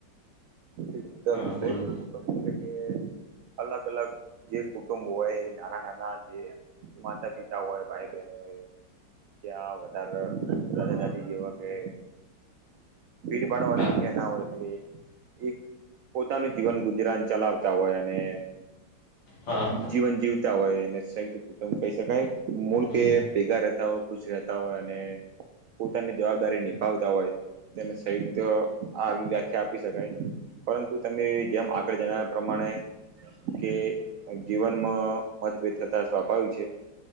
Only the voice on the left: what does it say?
હા
બોલો
હા
હા
હમ